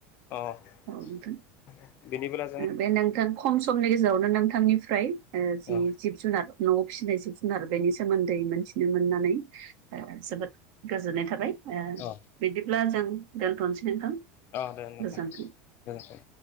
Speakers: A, on the left; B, on the right.
A: अ
B: औ नोंथां
A: <inaudible> बिदिबोला
B: बे नोंथां खम समनि गेजेरावनो नोंथांनिफ्राय
A: अ
B: जिब जुनार न'आव फिसिनाय जिब जुनार नि सोमोन्दै मोनथिनो मोननानै जोबोद गोजोननाय थाबाय। ओ
A: अ
B: बिदिब्ला जों दोन्थ'नोसै नोंथां।
A: अ दे नोथां,
B: गोजोनथों
A: गोजोनथों।